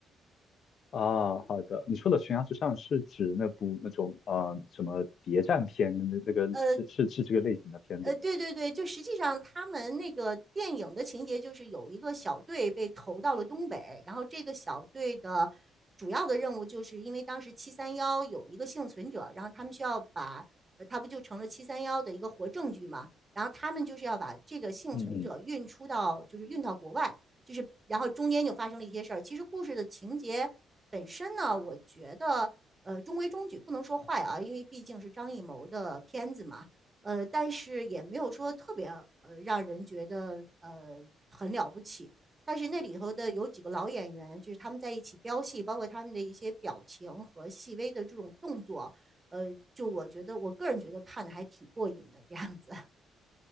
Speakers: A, on the left (about 60°); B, on the right (about 25°).
A: 啊，好的。你说的悬崖之上是指那部那种呃什么谍战片的那那个是是是这个类型的片子对吗？
B: <laughs> 呃，呃，对对对，就实际上他们那个电影的情节就是有一个小队被投到了东北，然后这个小队的主要的任务就是因为当时七三幺有一个幸存者，然后他们需要把，呃他不就成了七三幺的一个活证据嘛，然后他们就是要把这个幸存者运出到，
A: 嗯嗯
B: 就是运到国外，就是然后中间就发生了一些事儿。其实故事的情节本身呢，我觉得呃中规中矩，不能说坏啊，因为毕竟是张艺谋的片子嘛。呃，但是也没有说特别呃让人觉得呃很了不起。但是那里头的有几个老演员，就是他们在一起飙戏，包括他们的一些表情和细微的这种动作，呃，就我觉得我个人觉得看的还挺过瘾的这样子。